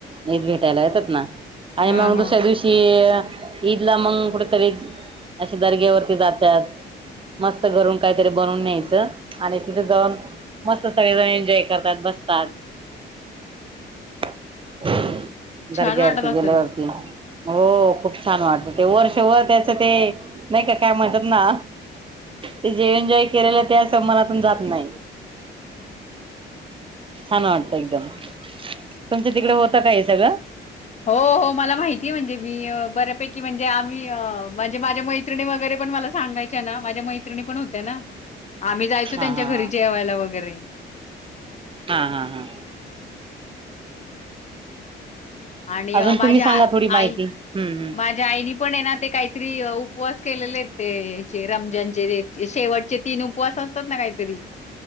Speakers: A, on the right; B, on the left.
A: न भेटायला येतात ना आणि
B: हां,
A: मग
B: हां.
A: दुसऱ्या दिवशी ईदला मग कुठेतरी अ दर्ग्यावरती जातात मस्त घरून काहीतरी बनवून न्यायचं आणि तिथे जाऊन मस्त सगळेजण एन्जॉय करतात बसतात. <unintelligible>
B: छान
A: दर्ग्यावरती
B: वाटत
A: गेल्यावरती
B: असेल.
A: हो खूप छान वाटत ते वर्ष वर त्याचं ते नाही का काय म्हणतात ना ते जे एन्जॉय कराल्यात त्या स मनातून जात नाही छान वाटत एकदम तुमचं तिकडे होतं का हे सगळं
B: हो हो मला माहिती आहे म्हणजे मी बऱ्यापैकी म्हणजे आम्ही म्हणजे माझ्या मै मैत्रिणी वगैरे पण मला सांगायच्या ना माझ्या मैत्रिणी पण होत्या होत्या ना आम्ही जायचो
A: हा
B: त्यांच्या
A: हा
B: घरी
A: हा.
B: जेवायला वगैरे
A: हा हा हा
B: आणि
A: अजून
B: माझ्या
A: तुम्ही सांगा थोडी माहिती
B: आई
A: हम्म हम्म
B: माझ्या आईनी पण आहे ना ते काहीतरी उपवास केलेले ते ते रमजानचे शेवटचे तिन ऊपवास असताना ना काहीतरी?